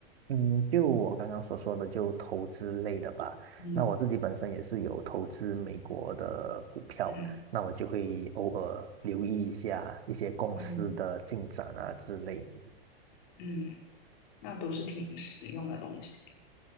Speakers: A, on the right; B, on the left.
A: 嗯，就我刚刚所说的，就投资类的吧。
B: 嗯
A: 那我自己本身也是有投资美国的股票，
B: 嗯
A: 那我就会偶尔留意一下一些公司的进展啊之类。
B: 嗯嗯，那都是挺实用的东西。